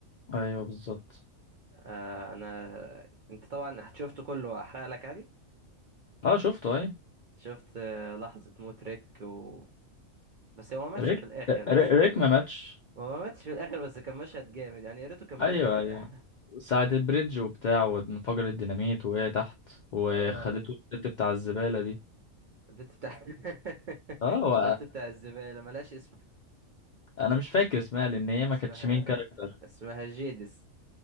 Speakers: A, on the left; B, on the right.
A: ايوه بالظبط
B: آه، انا انت طبعا شفته كله احرق لك عادي
A: اه شفته ايوه
B: شفت آه، لحظة موت ريك و... بس هو ما ماتش
A: ريك
B: في الاخر
A: ريك
B: بس
A: ريك
B: يعني.
A: ما ماتش
B: هو ما ماتش في الاخر بس كان مشهد جامد يعني يا ريته كان مات
A: ايوه
B: وقتها
A: لا ايوه ساعة البريدج وبتاع وانفجر الديناميت وقع تحت
B: <laughs>
A: وخدته
B: اه
A: الست بتاع الزبالة دي
B: البنت بتاع <laughs>
A: اه و...
B: البنت بتاع الزبالة ملهاش اسم
A: <laughs> انا مش فاكر اسمها لان هي ما
B: اسمها
A: كانتش مين كاركتر
B: اسمها جيدس